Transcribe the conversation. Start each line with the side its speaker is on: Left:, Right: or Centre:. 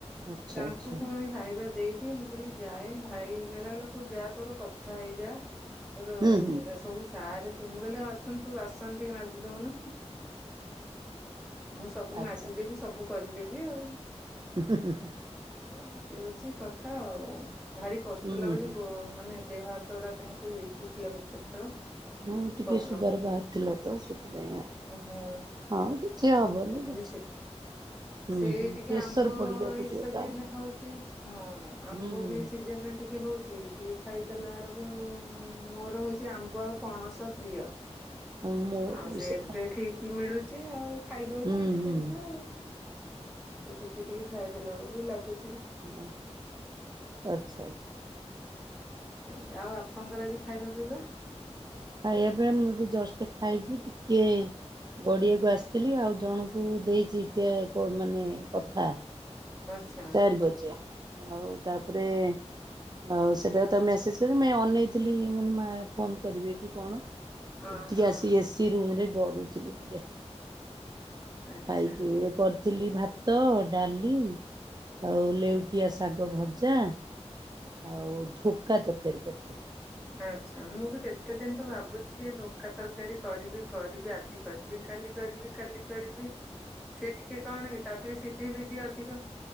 Right: ଆଚ୍ଛା
Centre: ତାଙ୍କୁ
Right: ଆଚ୍ଛା
Centre: ପୁଣି ଖାଇ ଦେଇକି ମୁଁ କହିଲି ଯାଏଁ ଭାଇ କହିଲା କି ତୁ ଯା ତୋର କଥା ହେଇଯା। ତୋର
Right: ହୁଁ ହୁଁ
Centre: ଏ ସବୁ ସାରେ ତ ମୁଁ କହିଲି ଆସୁନୁ ତୁ ବାସନ ଟିକେ ମାଜିି ଦଉନୁ। ମୁଁ ସବୁ
Right: ଆଚ୍ଛା।
Centre: ମାଜିଦେବି ସବୁ କରିଦେବି ଆଉ।
Right: ହୁଁଁ ହୁଁ ହୁଁ।
Centre: ଉଁ ଏମିତି କଥା ଆଉ ଭାରି କଷ୍ଟ
Right: ହୁଁ
Centre: ଲାଗୁଛି
Right: ହୁଁ
Centre: ଗୋ ମାନେ ଦେହ ହାତ ଉଡା କାହିଁକି ଉଇକ୍ ଉଇକ୍ ଲାଗୁଚି ଏଥର।
Right: ହୁଁ ଟିକେ
Centre: ଗରମ
Right: ସୁଗାର ବାହାରିଥିଲା ତ ସେଥିପାଇଁ ଆଉ
Centre: ହଁ
Right: ଆଉ ସିଏ ହବନି
Centre: ବୋଧେ
Right: କିଛି।
Centre: ସେ
Right: ହୁଁ
Centre: ସେ
Right: ହୁଁ
Centre: ଟିକେ
Right: ପ୍ରେସର
Centre: ଆମ୍ବ
Right: ପଡିଯାଉଛି
Centre: ଏଇ
Right: ଟିକେ
Centre: ସିଜିନରେ
Right: ତ।
Centre: ହଉଛି ହଁ ଆମ୍ବ
Right: ହୁଁ ହୁଁ
Centre: ବି ଏ ସିଜନରେ ଟି କେ ହୋଉଛି ଟିକେ ଖାଇଦଲା ବେଳକୁ ମୋର ହୋଉଛି ଆମ୍ବ ଆଉ ପଣସ ପ୍ରିୟ।
Right: ହଁ ମୋର
Centre: ଆଉ
Right: ବି
Centre: ସେ
Right: ସେଇଆ
Centre: ଏବେ ଠି କି ମିଳୁଛି ଆଉ ଖାଇଦଉଛି
Right: ହୁଁ
Centre: ଟିକେ
Right: ହୁଁ।
Centre: ଟିକେ ଆଉ। ସେ ଟିକେ ଟିକେ ଖାଇଦେଲା ବେଳକୁ ବି ଲାଗୁ
Right: ଉଁ ଆଚ୍ଛା ଆଚ୍ଛା।
Centre: ଏମତି ଆଉ ଆପଣଙ୍କର ଆଜି ଖାଇବା ପିଇବା।
Right: ଖାଇବା ପିଇବା ମୁଁ ବି ଜଷ୍ଟ ଖାଇକି ଟିକେ ଗଡ଼ିଆକୁ ଆସିଥିଲି ଆଉ ଜଣଙ୍କୁ ଦେଇଛି ଟେ କ ମାନେ କଥା
Centre: ଆଚ୍ଛା
Right: ଚାରି ବଜେୟା ଆଉ ତାପରେ ଆଉ ସେଟା ତ ମେସେଜ ରେ ମେଁଇ ଅନେଇଥିଲି ମା ଫୋନ୍ କରିବେ କି କଣ।
Centre: ଅହୋ
Right: ଏଠିକି ଆସି ଏସି ରୁମ ରେ ଗଡୁଥିଲି ଟିକେ।
Centre: ଆଚ୍ଛା।
Right: ଖାଇକି ଏ କରିଥିଲି ଭାତ ଡାଲି ଆଉ ଲେଉଟିଆ ଶାଗ ଭଜା ଆଉ ଧୋକା ତରକାରୀ କରିିଥିଲି।
Centre: ଆଚ୍ଛା ମୁଁ ବି କେତେ ଦିନ ଠୁ ଭାବୁଛି କି ଏ ଧୋ କା ତରକାରୀ କରିବି କରିବି ଆଜି କରିବି କାଲି କରିବି କାଲି କରିବି। ସେ ଟିକେ କଣ କି ତା ଟିକେ ସିଧି ବିଧି ଅଧିକ